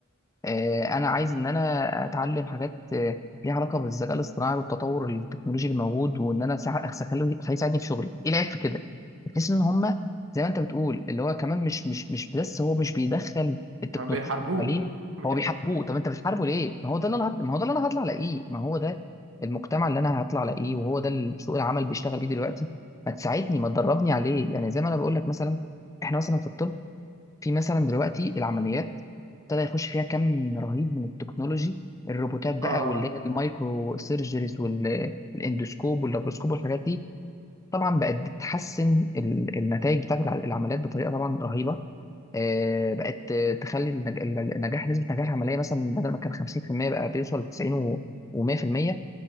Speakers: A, on the left (about 15°); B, on the right (about 80°).
A: آه، انا عايز ان انا اتعلم حاجات آه، ليها علاقه بالذكاء الاصطناعي والتطور التكنولوجي الموجود وان انا سع- أخس- اخليه أخليه يساعدني في شغلي ايه العيب في كده بحيث ان هما زي ما انت بتقول اللي هو كمان مش مش مش بس هو مش بيدخل التكنولوجيا
B: بيحاربوه
A: في التعليم
B: <laughs>
A: هو بيحاربوه طب انت بتحاربه ليه ما هو ده اللي انا هط... ما هو ده اللي انا هطلع الاقيه ما هو ده المجتمع اللي انا هطلع الاقيه وهو ده اللي سوق العمل بيشتغل بيه دلوقتي ما تساعدني ما تدربني عليه يعني زي ما انا بقول لك مثلا احنا مثلا في الطب في مثلا دلوقتي العمليات ابتدى يخش فيها كم رهيب من التكنولوجي الروبوتات بقى
B: اه
A: واللي هي المايكرو سيرجريز والاندوسكوب واللابروسكوب والحاجات دي طبعا بقت بتحسن النتائج بتاعت الع- العمليات بطريقه طبعا رهيبه آه، بقت آه، تخلي النج- النجاح نسبه نجاح العمليه مثلا بدل ما كان 50% بقى بيوصل ل 90 و100%